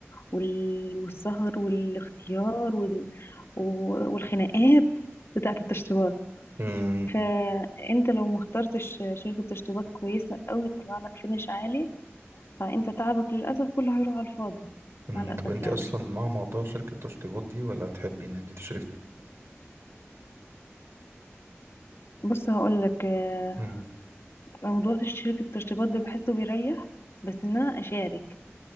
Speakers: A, on the left; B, on the right.
A: وال- والسهر والاختيار وال... و- والخناقات بتاعه التشطيبات
B: أمم.
A: فانت لو ما اخترتش شركه تشطيبات كويسه قوي تطلع لك فينش عالي فانت تعبك للاسف كله هيروح على الفاضي
B: أمم.
A: مع الاسف
B: طب انت
A: يعني
B: أصلا مع موضوع شركة التشطيبات دي ولا تحبي ان انت تشرفي؟
A: بص هقول لك آه،
B: أمم.
A: موضوع شركه التشطيبات ده بحسه بيريح بس ان انا اشارك